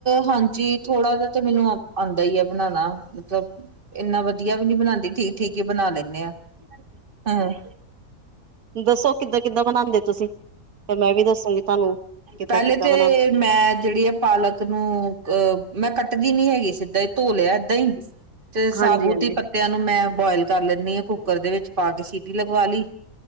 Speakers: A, on the right (about 40°); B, on the right (about 80°).
A: ਹਾਂਜੀ ਥੋੜਾ ਜ ਤੇ ਮੈਨੂੰ ਆਉਂਦਾ ਹੈ। ਬਣਾਉਣਾ ਮਤਲਬ ਇੰਨਾ ਵਧੀਆ, ਵੀ ਨੀ ਬਣਾਉਂਦੀ ਠੀਕ- ਠੀਕ ਹੀ ਬਣਾ ਲੈਂਦੇ ਆ, ਹਮ
B: ਦੱਸੋ, ਕਿੱਦਾਂ- ਕਿੱਦਾਂ ਬਨਾਉਂਦੇ। ਤੁਸੀਂ ਫੇਰ ਮੈਂ ਵੀ, ਦੱਸਾਂਗੀ ਤੁਹਾਨੂੰ ਕਿੱਦਾਂ-
A: ਪਹਿਲੇ
B: ਕਿੱਦਾਂ ਬ
A: ਤੇ, ਮੈਂ ਜਿਹੇੜੀ ਪਾਲਕ ਨੂੰ ਅ ਮੈਂ ਕੱਟਦੀ ਨੀ ਹੈਗੀ ਸਿੱਧਾਂ ਹੀ ਧੋ ਲਿਆ। ਏਦਾਂ ਹੀ ਤੇ ਸਾਬੂਦ
B: ਹਾਂਜੀ ਹਾਂਜੀ
A: ਹੀ ਪ ਤੇਆ ਨੂੰ, ਮੈਂ ਬੋਇਲ ਕੱਰ ਲੈਣੀ ਕੁੱਕਰ ਦੇ ਵਿੱਚ ਪਾ ਕੇ ਸੀਟੀ ਲਗਵਾ ਲੀ।